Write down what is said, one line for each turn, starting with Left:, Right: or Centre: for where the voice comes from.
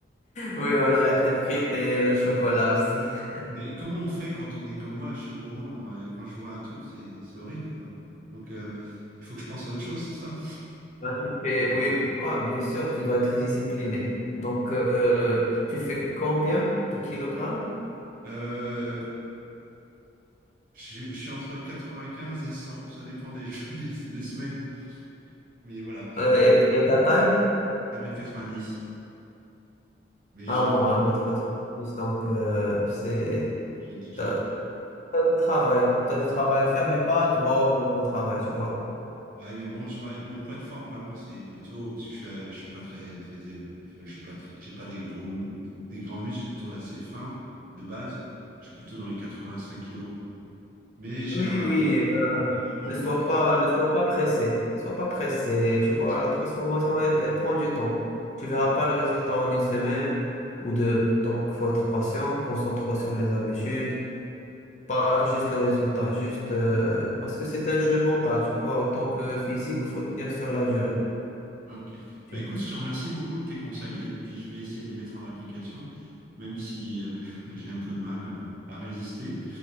Left: Oui, on arrête les frites et le chocolat aussi. <laughs>
Right: Mais comment on fait quand on est comme moi, je suis gourmand, euh, quand je vois un truc, c'est c'est horrible quoi. Donc euh, il faut que je pense à autre chose, c'est ça?
Left: Toi, tu fais, oui, ouais, bien sûr, tu dois être discipliné. Donc, euh, tu fais combien de kilogrammes?
Right: Euh, je, je suis entre 95 et 100, ça dépend des, jours- <laughs> des, des semaines. Mais voilà, j'ai
Left: Euh, et, et ta taille?
Right: un mètre quatre-vingt-dix. mais
Left: Ah
Right: j'ai
Left: bon, un mais de façon, donc euh, c'est
Right: j'ai 10 kg
Left: t'as, t'as du travail, t'as du travail à faire, mais pas un gros, gros, gros travail, tu vois.
Right: Ouais, mais bon, je- moi, mon poids de forme vraiment, c'est plutôt parce que je suis, euh, je suis pas très, très, ép- enfin, je suis pas très- j'ai pas des gros, mu- des grands muscles, je suis plutôt assez fin de base. Je suis plutôt dans les 85 kilos, quoi. Mais j'ai
Left: Oui,
Right: un,
Left: oui,
Right: Ouais. un bon
Left: ne
Right: ventre.
Left: sois pas, ne sois pas pressé, sois pas pressé,
Right: un
Left: tu vois,
Right: petit-
Left: la transformation, elle, elle prend du temps.
Right: Hmm.
Left: Tu verras pas le résultat en une semaine ou deux, donc faut être patient, concentre-toi sur les habitudes. Pas juste le résultat, juste euh, parce que c'est un jeu mental, tu vois, autant que physique, faut tenir sur la durée.
Right: Ouais, ok.
Left: Tu-
Right: Bah écoute, je te remercie beaucoup de tes conseils et puis je vais essayer de les mettre en application, même si euh, <laughs> j'ai un peu de mal à, à résister.